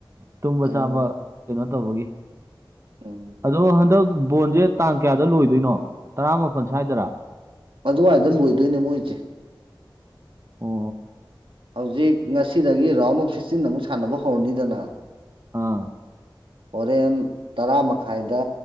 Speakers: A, on the right; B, on the right.
A: ꯇꯨꯝꯕ
B: ꯑꯗꯨꯅꯤ
A: ꯆꯥꯕ ꯀꯩꯅꯣ ꯇꯧꯕꯒꯤ꯫
B: ꯎꯝ
A: ꯑꯗꯣ ꯍꯟꯗꯛ ꯕꯣꯟꯁꯦ ꯇꯥꯡ ꯀꯌꯥꯗ ꯂꯣꯏꯗꯣꯏꯅꯣ ꯇꯔꯥꯃꯄꯜ ꯁ꯭ꯋꯥꯏꯗꯔ꯫
B: ꯑꯗꯨꯋꯥꯏꯗ ꯂꯣꯏꯗꯣꯏꯅꯦ ꯃꯣꯏꯁꯦ꯫
A: ꯑꯣ
B: ꯍꯧꯖꯤꯛ ꯉꯁꯤꯗꯒꯤ ꯔꯥꯎꯟ ꯑꯣꯐ ꯁꯤꯛꯁꯇꯤꯟ ꯑꯃꯨꯛ ꯁꯥꯟꯅꯕ ꯍꯧꯔꯅꯤꯗꯅ꯫
A: ꯑꯥ꯫
B: ꯍꯣꯔꯦꯟ ꯇꯔꯥ ꯃꯈꯥꯏꯗ꯫